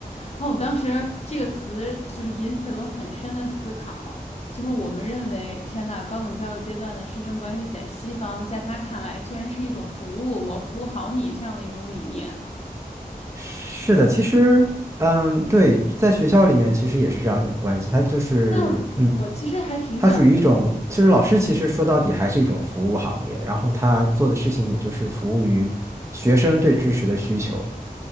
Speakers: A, on the left; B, on the right.
A: 然后我当时这个词就是引起了我很深的思考，就是我们认为，天呐，高等教育阶段的师生关系在西方，在他看来居然是一种服务，我服务好你这样的一种理念。
B: 是的，其实，嗯，对，在学校里面其实也是这样一种关系，他就是，
A: 但
B: 嗯，
A: 我其实还挺想了
B: 他属于一种，其实老师其实说到底还是一种服务行业，然后他做的事情也就是服务于学生对知识的需求。